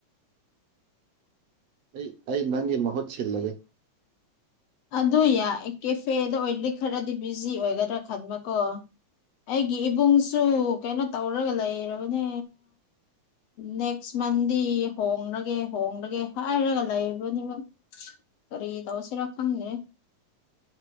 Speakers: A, on the right; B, on the left.
A: ꯑꯩ ꯑꯩ ꯅꯪꯒꯤ ꯃꯍꯨꯠ ꯁꯤꯜꯂꯒꯦ
B: ꯑꯗꯨ ꯌꯥꯏ ꯀꯦꯐꯦꯗ ꯑꯣꯏꯔꯗꯤ ꯈꯔꯗꯤ ꯕꯤꯖꯤ ꯑꯣꯏꯒꯗ꯭ꯔꯥ ꯈꯟꯕꯀꯣ ꯑꯩꯒꯤ ꯏꯕꯨꯡꯁꯨ ꯀꯩꯅꯣ ꯇꯧꯔꯒ ꯂꯩꯔꯕꯅꯦ ꯅꯦꯛꯁ ꯃꯟꯗꯤ ꯍꯣꯡꯂꯒꯦ ꯍꯣꯡꯂꯒꯦ ꯍꯥꯏꯔꯒ ꯂꯩꯕꯅꯦꯕ ꯀꯔꯤ ꯇꯧꯁꯤꯔꯥ ꯈꯪꯗꯦ